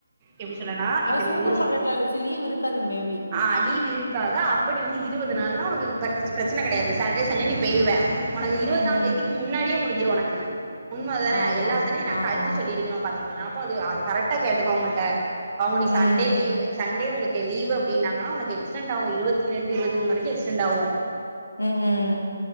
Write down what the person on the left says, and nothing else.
அது
சூப்பர்
மார்க்கெட்ல லூசி லீவ் இருக்காது மேபி
ம்
ம்
ஆமா
ஆமாமா
ம்
உம் உம்